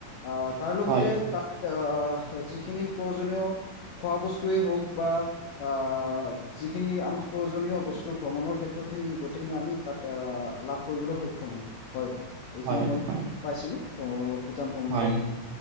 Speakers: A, on the left (about 80°); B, on the right (about 85°).
A: আহ তাৰ লগতে
B: হয়
A: তাত আহ যিখিনি প্ৰয়োজনীয় খোৱা বস্তুৱেই হওক বা আ যিখিনি আমাক প্ৰয়োজনীয় বস্তু ভ্ৰমণৰ ক্ষেত্ৰত সেই গোটেইখিনি আমি তাত আ লাভ কৰিবলৈ সই ক্ষম হও হয় এইখিনি
B: হয়
A: মই
B: হয়
A: পাইছিলো ভ ভূটান ভ্ৰমণ
B: হয়
A: কৰোতে